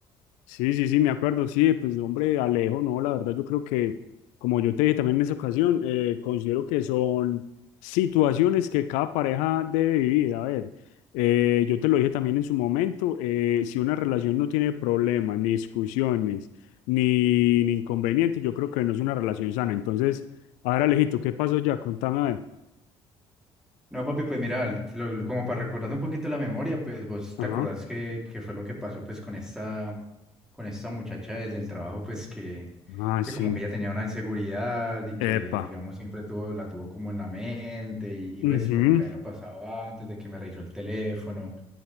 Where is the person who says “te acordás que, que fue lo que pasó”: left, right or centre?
Centre